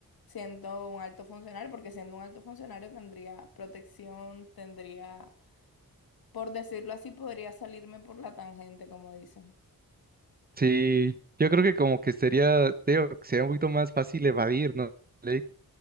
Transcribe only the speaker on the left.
siendo un alto funcionario, porque siendo un alto funcionario tendría protección, tendría Por decirlo así, podría salirme por la tangente, como dicen.